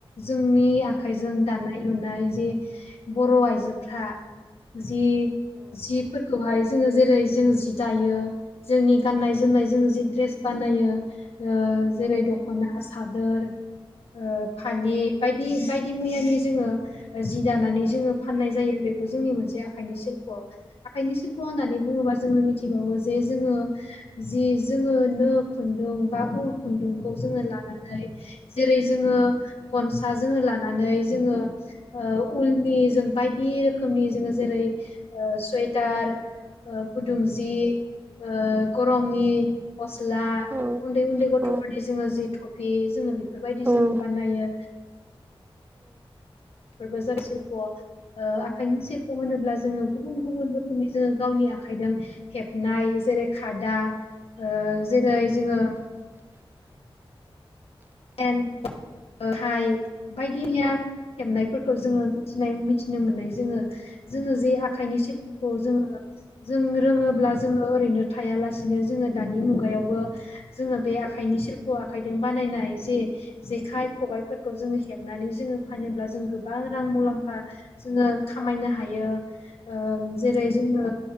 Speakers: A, on the left (about 85°); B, on the right (about 20°).
A: जोंनि आखाइजों दानाय लुनाय जे बर' आइजोफ्रा जि जिफोरखौहाय जोङो जेरै जों जि दायो जोंनि गान्नाय जोमनाय जोङो जि द्रेस बानाय यो ओ जेरै दख'ना सादोर ओ फालि बायदि बायदि मैयानि जोङो जि दानानै जोङो फाननाय जायो। बेखौ जोंनि मोनसे आखाइनि शिल्प'। आखाइनि सिल्प' होननानै बुङोबा जोङो मिथिबावो जे जोङो जि जोङो नो खुन्दुं बा ऊल खुन्दुंखौ जोङो लानानै जेरै जोङो खनसा जोङो लानानै जोङो ऊलनि जों बायदि रोखोमनि जों जेरै सुवेटार ओ गुदुं जि ओ गरमनि गस्ला
B: औ
A: उन्दै उन्दै गथ'फोरनि
B: औ
A: जोङो जि थफि जोङो बेखौ बेफोरबायदि जोङो
B: ओ
A: बानायो। बेफोरबो जाब शिल्प ओ आखाइनि शिल्प' होनोब्ला जोङो गुबुन गुबुन रोखोमनि जोङो गावनि आखायजों हेबनाय जेरै खादा ओ जेरै जोङो <unintelligible> हाय बायदिमैया हेबनायफोरखौ जोङो मिथिनाय मिथिनो मोननाय जोङो जोङो जे आखाइनि सिल्पखौ जोङो जों रोङोब्ला जोङो ओरैनो थायालासिनो जोङो दानि मुगायावबो जोङो बे आखाय नि सिल्प' आखाइदों बानायनाय ज जेखाइ खबायाइफोरखौ जोङो हेबनानै जोङो फानोब्ला जों गो गोबां रां मुलाम्फा जोङो खामायनो हायो ओ जेरै जोङो